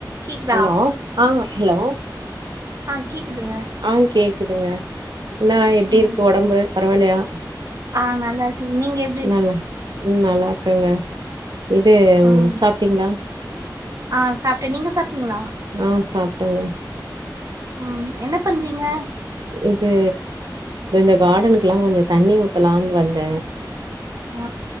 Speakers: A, on the right (about 50°); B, on the right (about 70°).
A: கேக்குதா
B: ஹலோ ஆ ஹலோ
A: ஆ கேக்குதுங்க
B: ஆ கேக்குதுங்க என்னா எப்டி
A: ம்
B: இருக்கு உடம்பு பரவால்லையா
A: ஆ நல்லா இருக்குது நீங்க எப்
B: நல்ல ம் நல்லா இருக்கங்க இது
A: ம்
B: சாப்ட்டீங்களா
A: ஆ சாப்ட்ட நீங்க சாப்ட்டீங்களா
B: ஆ சாப்ட்டங்க
A: உம் என்ன பண்றீங்க
B: இது இந்த கார்டனுக்கெல்லா கொஞ்சோ தண்ணி ஊத்தலான்னு வந்த
A: ஆ